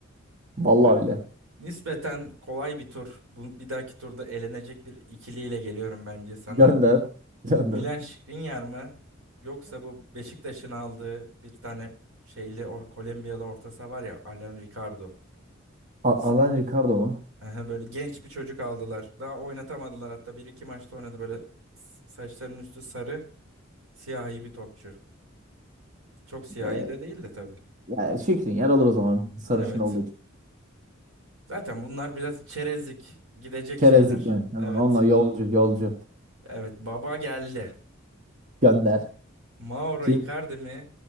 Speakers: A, on the right; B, on the right.
A: Vallahi
B: Bu
A: öyle.
B: nispeten kolay bir tur. Bu bir dahaki turda elenecek bir ikiliyle geliyorum bence sana.
A: Gönder. <laughs> Gönder.
B: Milan Skriniar mı? Yoksa bu Beşiktaş'ın aldığı bir tane şeyli or Kolombiyalı orta saha var ya Alan Ricardo.
A: A-
B: S-
A: Alan Ricardo mu?
B: Aha, Böyle genç bir çocuk aldılar. Daha oynatamadılar hatta bir iki maçta oynadı böyle s- saçlarının üstü sarı siyahi bir topçu. Çok siyahi
A: Ya,
B: de değil de tabii.
A: ya Şikrin yer alır o zaman. Sarışın
B: Evet.
A: olduğu için.
B: Zaten bunlar biraz çerezlik gidecek
A: Çerezlik
B: şeyler.
A: yani. Yani
B: Evet.
A: Onlar yolcu, yolcu.
B: Evet baba geldi.
A: Gönder.
B: Mauro
A: Kim?
B: Icardi mi?